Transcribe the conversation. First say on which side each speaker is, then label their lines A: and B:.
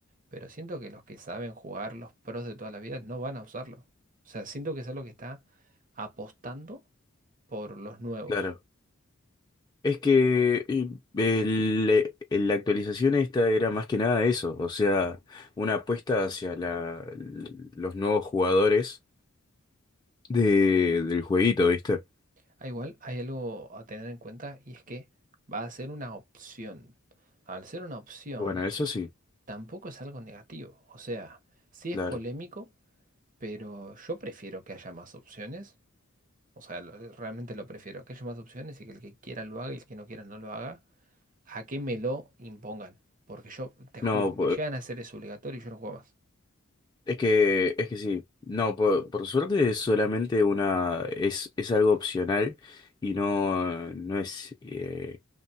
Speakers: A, on the right; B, on the left.
A: pero siento que los que saben jugar los pros de toda la vida no van a usarlo. O sea, siento que es algo que está apostando por los nuevos.
B: claro. Es que eh, el- eh, el- la actualización esta era más que nada eso, o sea, una apuesta hacia la, los nuevos jugadores de, del jueguito, ¿viste?
A: Ah, igual hay algo a tener en cuenta y es que va a ser una opción. Al ser una opción,
B: Bueno, eso sí,
A: tampoco es algo negativo. O sea, sí
B: claro.
A: es polémico, pero yo prefiero que haya más opciones O sea, lo- eh, realmente lo prefiero. Que haya más opciones y que el que quiera lo haga y el que no quiera no lo haga. A que me lo impongan. Porque yo, te
B: No,
A: juro, me llegan a hacer eso obligatorio y yo no juego más.
B: Es que, es que sí, no, por, por suerte es solamente una, es, es algo opcional y no, no es, eh,